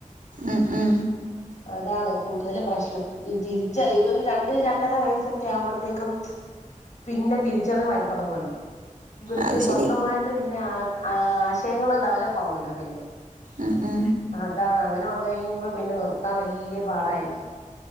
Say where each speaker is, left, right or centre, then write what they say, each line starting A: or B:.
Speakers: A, on the right; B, on the left.
A: മ് മ്
B: അതാണ് കൂടുതലും പ്രശ്നം തിരിച്ച ഇവര് രണ്ട് രണ്ടര വയസ്സൊക്കെ ആവുമ്പോഴത്തേക്കും പിന്നെ തിരിച്ചറിവായി തുടങ്ങുവല്ലോ ഇവർക്ക്
A: അത്
B: സ്വന്തമായിട്ട്
A: ശരിയാ
B: പിന്നെ ആ ആശയങ്ങൾ ഡെവലപ്പാവുല്ലോ പിന്നെ
A: മ് മ്
B: അതാണ് അങ്ങനെ വന്ന് കഴിയുമ്പോ പിന്നെ നിർത്താൻ വലിയ പാടായിരിക്കും